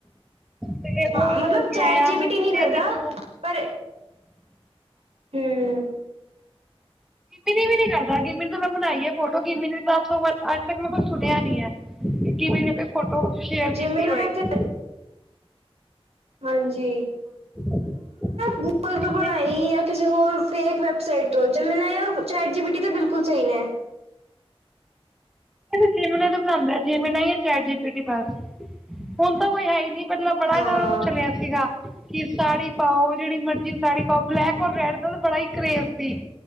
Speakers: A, in the centre; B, on the right.
A: ਤੇ ਓ
B: ਹਾਂ
A: ਹੋ
B: ਮਤਲਬ
A: ਕੇ
B: ਚੈਟ
A: ਆਇਆ,
B: ਜੀਪੀਟੀ
A: ਹੁਨ ਤੁਸੀਂ
B: ਨਹੀਂ ਕਰਦਾ
A: ਏਅ ਦੇਖੋ।
B: ਪਰ, ਹੂੰ।
A: ਗਿਮਨੀ ਵੀ ਨੀ ਕਰਦਾ ਗੀਮਿਨੀ ਤੋਂ ਮੈਂ ਬਨਾਈ ਏ ਫੋਟੋ ਗਿਮੀ ਵੀੱ ਤ <unintelligible> ਸੁਨਿਆ ਨੀ ਐ, ਗਿਮਿਨੀ ਨੇ ਕੋਈ ਫੋਟੋ ਸ਼ੇਅਰ ਕੀਤੀ
B: ਜਿਮਨਾ
A: ਹੋਏਗੀ?
B: ਤੇ ਹਾਂਜੀ।
A: <inaudible>
B: ਗੂਪਲ
A: ਬਟ
B: ਤੋਂ ਬਨਾਈ
A: ਨਹੀਂ
B: ਆ, ਕਿਸੇ ਹੋਰ ਫੇਕ ਵੈਬਸਾਈਟ ਤੋਂ, ਜੈਮਿਨੀ ਔਰ ਚੈਟ ਜੀ, ਬੀ, ਟੀ ਬਿਲਕੁਲ ਸਹੀ ਨੇ।
A: ਅਸੀ ਜਿਮਨੀ ਤੋਂ ਬਨਾਂਦੈ, ਜਿਮਨਈ ਚੈਟਜੀਪੀਟੀ ਪਾਸ, ਹੁਨ ਤਾਂ ਕੋਈ ਹੈ ਈ ਨੀ। ਪਹਿਲਾਂ ਬੜਾ
B: ਹਾਂ
A: ਦਾਓ ਚਲਿੱਆ ਸੀਗਾ। ਕਿ ਸਾੜੀ ਪਾਓ, ਜੇਹੜੀ ਮਰਜੀ ਸਾੜੀ ਪਾਓ, ਬਲੈਕ ਔਰ ਰੈਡ ਦਾ ਬੜਾ ਈ ਕਰੇਜ਼ ਸੀ।